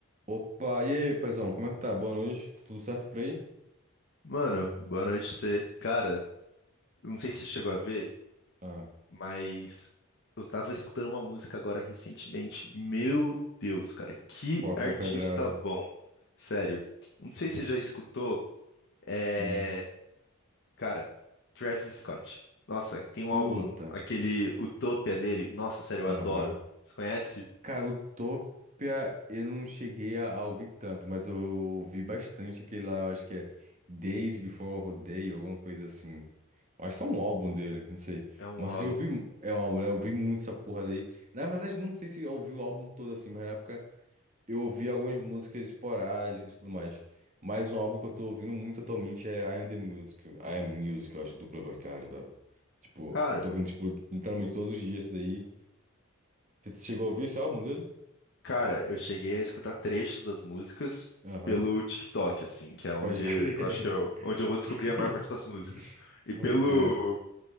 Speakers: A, on the right; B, on the left.
A: Opa, e aí, paizão, como é que tá? Boa noite, tá tudo certo por aí?
B: Mano, boa noite pra você. Cara, eu não sei se você chegou a ver,
A: Ah,
B: mas eu tava escutando uma música agora recentemente. Meu Deus, cara, que
A: qualquer
B: artista
A: pedrada.
B: bom. Sério. Não sei se você já escutou, é...
A: Hum,
B: Cara, Travis Scott. Nossa, tem
A: curta.
B: um álbum, aquele Utopia dele. Nossa, sério, eu
A: Aham.
B: adoro. Você conhece?
A: Cara, Utopia eu não cheguei a, a ouvir tanto, mas eu ouvi bastante aquele lá, eu acho que é Days Before Rodeo, alguma coisa assim. Eu acho que é um álbum dele, não sei.
B: É um
A: Mas
B: álbum.
A: assim, eu ouvi, é um álbum, né? Eu ouvi muito essa porra daí. Na verdade, não sei se eu ouvi o álbum todo assim, mas na época. eu ouvi algumas músicas esporádicas e tudo mais. Mas um álbum que eu tô ouvindo muito atualmente é I Am The Music. I Am Music, eu acho, do Playboi Carti, velho. Tipo,
B: Cara,
A: eu tô ouvindo, tipo, literalmente todos os dias esse daí. Você chegou a ouvir esse álbum dele?
B: Cara, eu cheguei a escutar trechos das músicas
A: Aham.
B: pelo TikTok, assim, que é onde
A: Pode crer.
B: eu acho que eu, onde eu vou descobrir
A: <laughs>
B: a maior parte das músicas. E
A: Pode
B: pelo
A: crer.